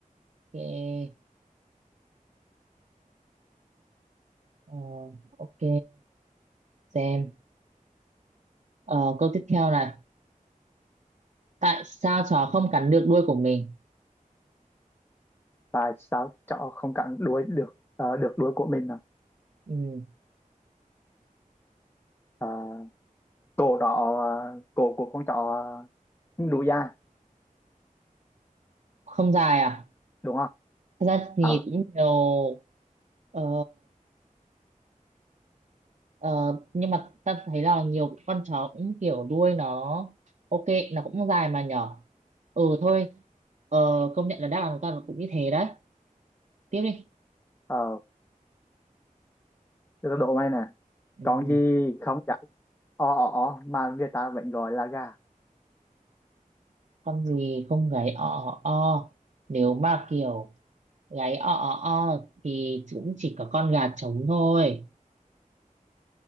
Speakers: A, on the right (about 55°); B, on the left (about 15°).
A: ok ờ, ok xem Ờ, câu tiếp theo này tại sao chó không cắn được đuôi của mình
B: và sao cháu không cắn đuôi được ờ, được đuôi của mình à?
A: ừ,
B: Ờ, cổ đó ờ, cổ của con cháu ờ, không đủ dài
A: không dài à
B: đúng không
A: Thật ra thì
B: ờ
A: cũng nhiều ờ, ờ, nhưng mà ta thấy là nhiều con chó cũng kiểu đuôi nó ok nó cũng dài mà nhỏ ừ thôi ờ, công nhận là đáp án của ta nó cũng như thế đấy tiếp đi
B: ờ để tao đố mày nè
A: ừ.
B: con gì không gãy o ó ó mà người ta vẫn gọi là gà
A: con gì không gáy o o o nếu mà kiểu gáy o o o thì cũng chỉ có con gà trống thôi